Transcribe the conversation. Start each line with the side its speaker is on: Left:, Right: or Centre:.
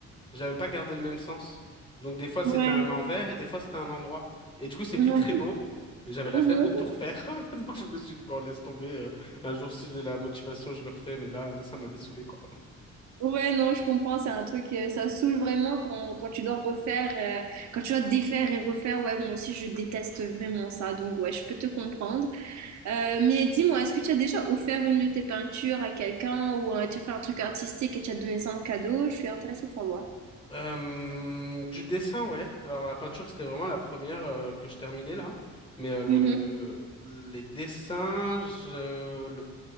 Left: J'avais pas gardé le même sens. Donc des fois
Right: Ouais.
Left: c'était un envers et des fois c'était un endroit. Et du coup c'est
Right: Ouais.
Left: plus très beau. Et j'avais la
Right: Mhm.
Left: flemme de tout refaire. <laughs> Donc je me suis dit, bon, laisse tomber. euh, un jour si j'ai la motivation, je le refais. Mais là, ça m'avait saoulé, quoi.
Right: Ouais, non, je comprends, c'est un truc, euh, ça saoule vraiment quand, quand tu dois refaire, euh, quand tu dois défaire et refaire. Ouais, moi aussi, je déteste vraiment ça, donc ouais, je peux te comprendre. Euh, mais dis-moi, est-ce que tu as déjà offert une de tes peintures à quelqu'un ou euh, tu as fait un truc artistique et tu as donné ça en cadeau? Je suis intéressée de savoir.
Left: Euh, du dessin, ouais. Alors la peinture, c'était vraiment la première euh, que je terminais là. Mais euh, le,
Right: Mhm.
Left: le, les dessins, je, le,